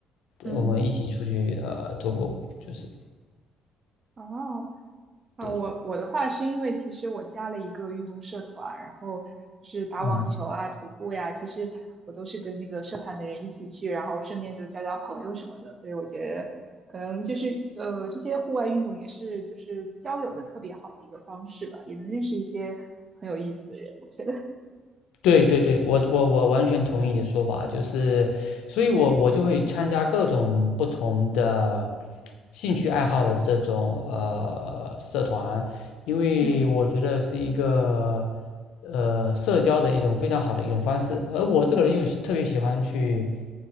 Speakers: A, on the right; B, on the left.
A: 嗯
B: 我们一起出去呃徒步，就是
A: 哦。啊，
B: 对。
A: 我我的话是因为其实我加了一个运动社团，然后就是打网球啊、
B: 嗯，
A: 徒步呀，其实我都是跟那个社团的人一起去，然后顺便就交交朋友什么的，所以我觉得可能就是呃这些户外运动也是就是交友的特别好的一个方式吧，也能认识一些很有意思的人，我觉得。
B: 对对对，我我我完全同意你的说法，就是，所以我我就会参加各种不同的兴趣爱好的这种呃社团，因为我觉得是一个
A: 嗯
B: 呃社交的一种非常好的一种方式，而我这个人又喜特别喜欢去